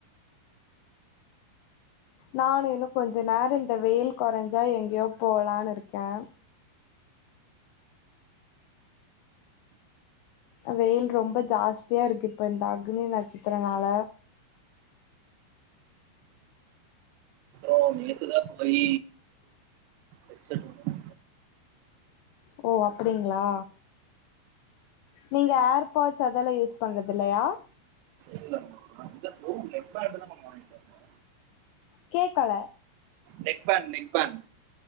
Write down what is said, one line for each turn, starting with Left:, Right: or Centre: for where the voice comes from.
Left: நானு இன்னு கொஞ்ச நேரோ இந்த வெயில் கொறஞ்சா எங்யோ போலான்னு இருக்க வெயில் ரொம்ப ஜாஸ்தியாருக்கு இப்ப இந்த அக்னி நட்சத்திரனால
Right: ஓ நேத்துதா <unintelligible> எட் செட் ஒன்னு
Left: ஓ அப்புடிங்ளா, நீங்க ஏர் பாட்ஸ் அதெல்லா யூஸ் பண்றதில்லையா?
Right: இல்ல மேம் இது ப்ரோ நெக் பேண்ட் தான் மேம் வாங்கிட்டு வந்தேன்.
Left: கேக்கல
Right: நெக்பேண் நெக்பேண்